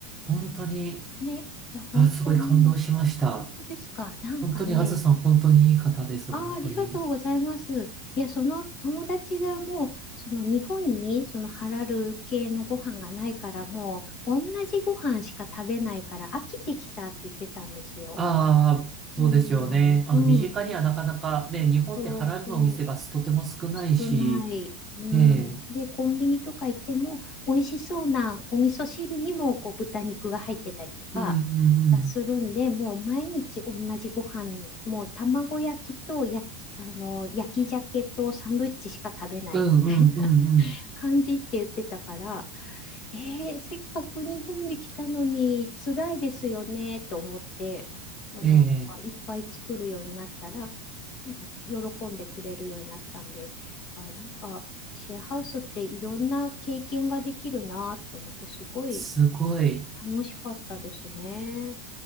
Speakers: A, on the right (about 20°); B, on the left (about 40°).
A: 本当に、
B: ね。いや、本当に。
A: あ、すごい感動しました。
B: あ、本当ですか。なんかね。
A: 本当に、あずさん、本当にいい方です、
B: あー、
A: 本当に。
B: ありがとうございます。いや、その友達がもう、その日本にそのハラル系のご飯がないから、もう同じご飯しか食べないから飽きてきたって言ってたんですよ。
A: ああ、そうですよね。
B: うん、
A: あの、
B: うん、
A: 身近にはなかなかね、日本ってハラルのお店がとても少ないし、
B: そうそう。少ない。うん。
A: ええ、
B: で、コンビニとか行っても、美味しそうなお味噌汁にも、こう、豚肉が入ってたりとか、
A: うんう
B: あするんで、
A: ん
B: もう毎日同じご飯、もう卵焼きと焼き、あの、焼き鮭とサンドイッチしか食べないみたいな
A: うん、うんうんうんう
B: 感じって言ってたから、えー、せっかく日本に来たのに辛いですよねと思って、もうなんかいっぱい作るようになったら、
A: ん、ええ、
B: なんか喜んでくれるようになったんで、あ、なんかシェアハウスっていろんな経験ができるなと思って、すごい
A: すごい、
B: 楽しかったですね。